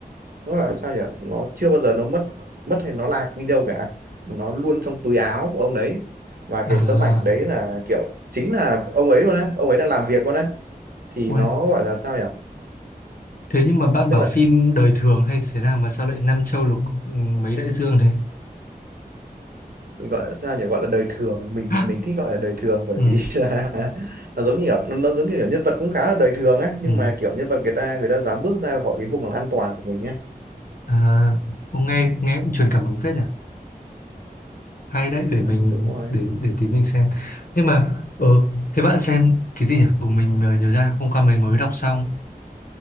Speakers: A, on the right (about 70°); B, on the left (about 60°).
A: nó gọi là sao nhỉ nó chưa bao giờ nó mất mất hay nó lạc đi đâu cả nó luôn trong túi áo của ông đấy và
B: à
A: cái tấm ảnh đấy là kiểu chính là ông ấy luôn á ông ấy đang làm việc luôn á thì
B: ui.
A: nó gọi là sao nhỉ
B: thế nhưng mà bạn
A: tức
B: bảo
A: là
B: phim đời thường hay thế nào mà sao lại năm châu lục ừ, mấy đại dương thế
A: mình gọi là sao nhỉ gọi là đời thường mình
B: <laughs>
A: mình thích gọi là đời thường bởi
B: <gasps> ừ.
A: vì <laughs> là nó giống như kiểu, nó, nó giống như kiểu nhân vật cũng khá là đời thường ấy nhưng
B: Ừ.
A: mà kiểu nhân vật người ta người ta dám bước ra khỏi cái vùng an toàn của mình á
B: À, cũng nghe nghe cũng truyền cảm hứng phết nhỉ. Hay đấy để
A: ừ,
B: mình
A: đúng rồi
B: để để tí mình xem. Nhưng mà ờ thế bạn xem cái gì nhỉ? Ừ, mình ờ, nhớ ra hôm qua mình mới đọc xong